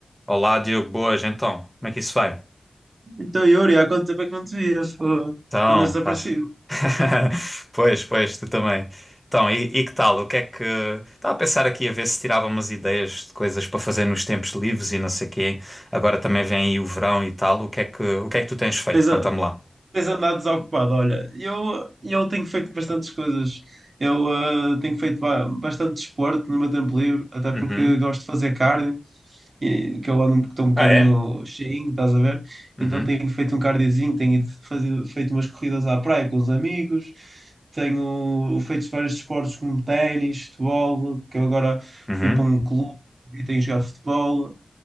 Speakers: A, in the centre; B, on the right (about 65°).
A: Olá, Diogo, boas, então, como é que isso vai?
B: Então, Yuri, há quanto tempo é que não te vias? Fogo.
A: Então,
B: Tu Andas desaparecido.
A: estás. <laughs> Pois, pois, tu também. Então, e, e que tal? O que é que. Estava a pensar aqui a ver se tirava umas ideias de coisas para fazer nos tempos livres e não sei quê. Agora também vem aí o verão e tal. O que é que, o que é que tu tens feito?
B: Tens,
A: Conta-me
B: a-
A: lá.
B: tens andado desocupado. Olha, eu, eu tenho feito bastantes coisas. Eu ah, tenho feito ba- bastante desporto no meu tempo livre, até
A: Uhum.
B: porque gosto de fazer cardio, e, que eu ando, estou um bocadinho
A: Ah, é?
B: cheinho, estás a ver?
A: Uhum.
B: Então tenho feito um cardiozinho, tenho ido fazer, feito umas corridas à praia com os amigos, tenho feito vários desportos como ténis, futebol, que eu agora
A: Uhum.
B: fui para um clube e tenho jogado futebol.